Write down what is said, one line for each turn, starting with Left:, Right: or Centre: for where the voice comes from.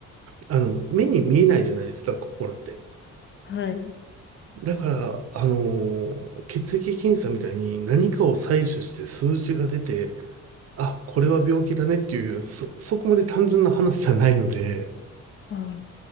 Right: あの、目に見えないじゃないですか、心って。
Left: はい。
Right: だから、あのー血液検査みたいに何かを採取して数字が出て、あ、これは病気だねっていう、そ、そこまで単純な話じゃないので、
Left: あ